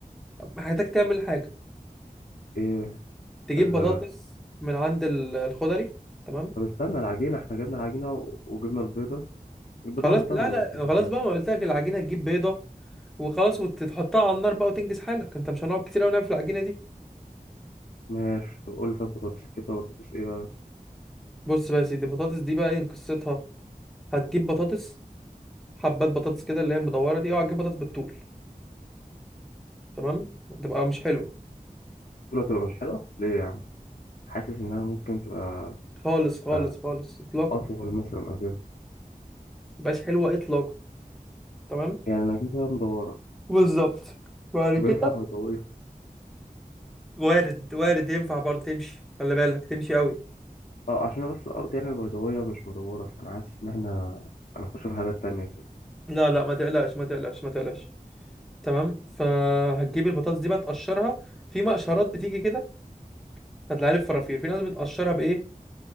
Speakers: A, in the centre; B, on the left.
A: محتاج تعمل حاجه
B: ايه
A: تجيب
B: ال
A: بطاطس من عند ال- الخضري تمام
B: طب استنى العجينه احنا جبنا العجينه وجبنا البيضه البيضه
A: خلاص
B: واحده طيب
A: لا
B: ولا
A: لا
B: بيضتين ولا
A: خلاص
B: إيه؟
A: بقى ما قلت لك العجينه تجيب بيضه وخلاص وتحطها على النار بقى وتنجز حالك انت مش هنقعد كتير قوي نعمل في العجينه دي
B: ماشي طب قول لي طب بطاطس كده بطاطس ايه بقى
A: بص بقى يا سيدي البطاطس دي بقى ايه قصتها هتجيب بطاطس حبات بطاطس كده اللي هي المدوره دي اوعى تجيب بطاطس بالطول تمام تبقى مش حلوه
B: بتقول هتبقى مش حلوه ليه يا عم حاسس انها ممكن تبقى
A: خالص خالص
B: آه،
A: خالص اطلاقا
B: اطول مثلا او كده
A: مبقاش حلوه اطلاقا تمام
B: يعني انا اجيبها مدوره
A: بالظبط بعد
B: طب
A: كده
B: ينفع بيضاويه
A: وارد وارد ينفع برضه تمشي خلي بالك تمشي قوي
B: اه عشان أنا بس الارض يعني البيضاويه مش مدوره فانا حاسس ان احنا هنخش في حاجات تانية كده
A: لا لا ما تقلقش ما تقلقش ما تقلقش تمام فهتجيب البطاطس دي بقى تقشرها في مقشرات بتيجي كده هتلاقيها لي في فرافير في ناس بتقشرها بايه